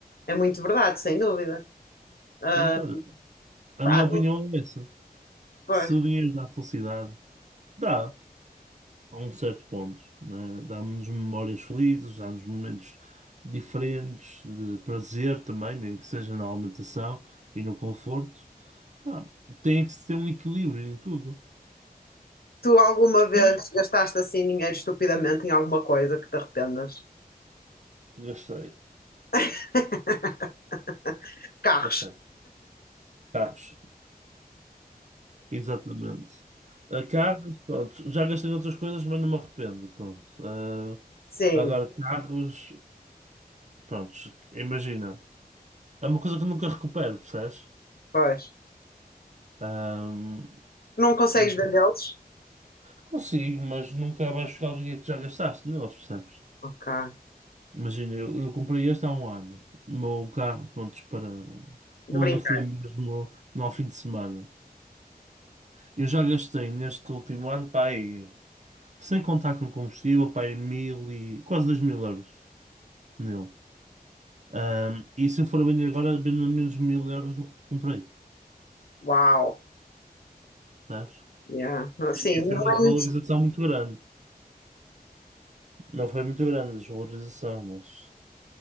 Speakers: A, on the left; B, on the right.
A: é muito verdade, sem dúvida. Ah,
B: Portanto, olha, a
A: ah,
B: minha opinião é essa.
A: pois.
B: Se o dinheiro dá felicidade, dá, a um certo ponto, né? Dá-nos memórias felizes, dá-nos momentos diferentes de prazer também, nem que seja na alimentação e no conforto. Pá, tem que se ter um equilíbrio em tudo.
A: Tu alguma vez
B: E
A: gastaste assim dinheiro estupidamente em alguma coisa que te arrependas?
B: Gastei,
A: <laughs> Carros.
B: gastei. Carros, exatamente. A carros, pronto, já gastei outras coisas, mas não me arrependo, pronto. Ah,
A: Sim,
B: agora, carros. Prontos, imagina. É uma coisa que eu nunca recupero, percebes?
A: pois.
B: Ahm,
A: Não consegues
B: e
A: vendê-los?
B: consigo, mas nunca vais chegar ao dinheiro que já gastaste neles, percebes?
A: Ok.
B: Imagina, eu, eu comprei este há um ano. O meu carro, prontos, para
A: De
B: para usufruir
A: brincar.
B: mesmo no, ao fim de semana. Eu já gastei neste último ano, pá, aí, sem contar com combustível, pá, aí mil e quase dois mil euros nele. Ahm, e se eu for vender agora, vendo menos mil euros do que comprei,
A: Uau.
B: percebes?
A: Yeah. Sim,
B: E foi
A: não
B: uma
A: é
B: desvalorização
A: muito.
B: muito grande. Não foi muito grande a desvalorização, mas,